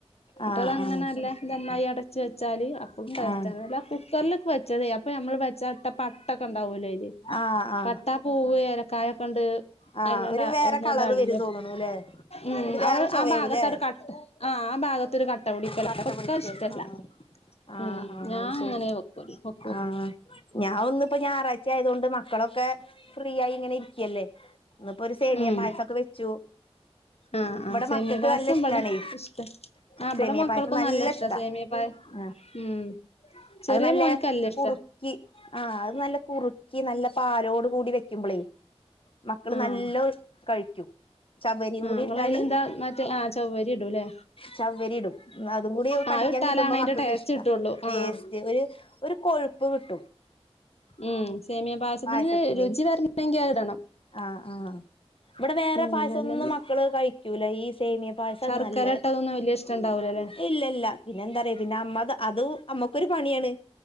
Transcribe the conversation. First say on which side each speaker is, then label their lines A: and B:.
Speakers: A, on the left; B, on the left.
A: ന്നട്ട്
B: ആഹ്
A: അതങ്ങനല്ലേ
B: ആഹ്
A: നന്നായി അട വെച്ച് വെച്ചാല് അപ്പഴും ടേസ്റ്റാണ്
B: ആഹ് ആഹ്
A: അല്ല കുക്കറിലക്കെ വെച്ചതേ അപ്പ നമ്മ ചട്ട പട്ടൊക്കെ ണ്ടാവൂലയില്
B: ആഹ് ആഹ്
A: പട്ടാപ്പൂവ് ഏലക്കായ ഒക്കെണ്ട്
B: ആഹ്
A: അയിലണ്ട
B: ഒരു വേറെ
A: ഒന്നണ്ടളിഞ്ഞ
B: കളറ് വരും തോന്നണൂല്ലേ
A: മ്മ്
B: ഒരു വേറെ
A: അ <unintelligible> ടെ
B: ചൊവയാവൂല്ലേ
A: ആ ഭാഗത്തട്ക ആ ഭാഗത്ത് ഒര് ക <unintelligible>
B: കട്ട പിടിക്കും
A: ഇഷ്ടല്ല
B: ആഹ്
A: മ്മ്
B: ആഹ് ആഹ്
A: ഞാൻ
B: അത് ശരി
A: അങ്ങനെ വെക്കു വെക്കു
B: ആഹ് ഞാൻ ഒന്നിപ്പൊ ഞാറാഴ്ച ആയതോണ്ട് മക്കളൊക്കെ ഫ്രീ ആയി ഇങ്ങനെ ഇരിക്കല്ലേ ഇിന്നിപ്പോ ഒരു സേമിയ
A: ഉം
B: പായസൊക്കെ വെച്ചു
A: ആഹ് ആഹ്
B: ഇവിടെ
A: സേമിയ
B: മക്കക്ക്
A: പായസം
B: നല്ല ഇഷ്ടാണെ
A: ഇബടെ ഇഷ്ട ആ ഇബടെ
B: സേമിയ
A: മക്കൾക്കും
B: പായസം നല്ല ഇഷ്ട
A: സേമിയ പായ
B: ആ
A: ഉം ചെറിയ
B: അത് നല്ല
A: മോന്ക്ക് ഇഷ്ടാ
B: കുറുക്കി അത് നല്ലേ കുറക്കി നല്ല പാലോ ട് കൂടി വെക്കുമ്പോളേ മക്കള്
A: ആഹ്
B: നല്ലോ കഴിക്കും ചവ്വരിയും
A: ആഹ്
B: കൂടി
A: ഇങ്ങളയിലെന്താ
B: ഇട്ടാല്
A: മറ്റേ ആ ചവ്വരി ഇടൂല്ലേ
B: ചവ്വരി ഇടും അതും കൂടി
A: ആഹ്
B: കടിക്കാൻ
A: അത് ഇട്ടാലാണ്
B: കിട്ടുമ്പോ
A: അയിന്റെ
B: മക്കൾക്ക്
A: ടേസ്റ്റ്
B: ഇഷ്ട
A: കിട്ടുള്ളൂ
B: ടേസ്റ്റ്
A: ആഹ്
B: ഒരു ഒരു കൊഴുപ്പ് കിട്ടും
A: ഉം സേമിയ
B: പായസത്തിന്
A: രുചി വരണെങ്കി അത് ഇടണം
B: ആഹ് ആഹ് ഇവിടെ വേറെ
A: ഉം
B: പായസം
A: അല്ലെങ്കി
B: ഒന്നും മക്കള് കഴിക്കൂല ഈ സേമിയ പായസാണ്
A: ശർക്കര
B: നല്ലേ
A: ഇട്ടതൊന്നും വല്യ ഇഷ്ടണ്ടാവൂലല്ലേ
B: ഇല്ല ഇല്ല പിന്നെ എന്താ പറയാ പിന്നെ അമ്മ അത് അമ്മക്കൊരു പണിയാണ്